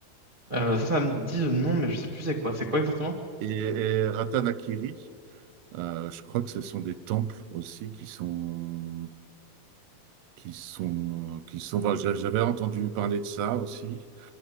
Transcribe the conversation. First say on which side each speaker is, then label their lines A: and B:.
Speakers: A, on the right; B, on the right.
A: Euh, ça, ça me dit le nom, mais je sais plus c'est quoi. C'est quoi exactement?
B: et, et Ratanakiri. Euh, je crois que ce sont des temples aussi qui sont, qui sont, qui sont. voilà, j'a- j'avais entendu parler de ça aussi.